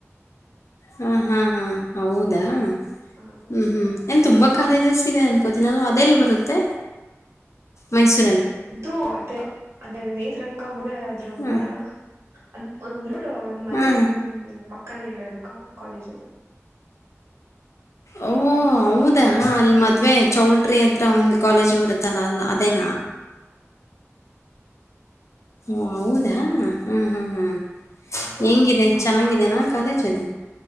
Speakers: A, on the left; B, on the right.
A: ಹಾ ಹಾ ಹಾ ಹೌದಾ ಹ್ಮ್
B: ಹ
A: ಹ್ಮ್ ಏನ್
B: ಹೌದು
A: ತುಂಬಾ
B: ಅಕ್ಕ
A: ಕಾಲೇಜಸ್ ಇದೆ ಅನ್ಕೋತೀನಲ್ವ ಅದೆೇಲ್ ಬರುತ್ತೆ ಮೈಸೂರು
B: ಇದು ಅತ್ತೆ ಅದೇ ನೇತ್ರ ಕಾ ಮ ದ್ವೇ ಆದ್ರೂ ಅಲ್ವಾ
A: ಹ್ಮ್
B: ಅದ್ ಒಂದು ನೋಡು ಒಂದ್ ಮನೆ
A: ಹಾ
B: ಪಕ್ ಕ್ಕನೆ ಇರೋದು ಕ ಕಾಲೇಜ್ ಅದು
A: ಓ ಹೌದಾ ಅಲ್ಲಿ ಮದ್ವೆ ಚೌಲ್ ಟ್ರಿ ಹತ್ರ ಒಂದು ಕಾಲೇಜ್ ಬರುತ್ತೆ ತ್ತಲ ಅಲ್ಲ್ ಅದೇನ ಒಹ್ ಹೌದಾ ಹಾ ಹಾ ಹಾ
B: ಹಾ
A: ಹೆಂಗಿದೆ
B: ಹೌದು
A: ಚೆನ್ನಾಗಿದೆನಾ
B: ಹೌದು
A: ಕಾಲೇಜ್
B: ಅಕ್ಕ
A: ಅದು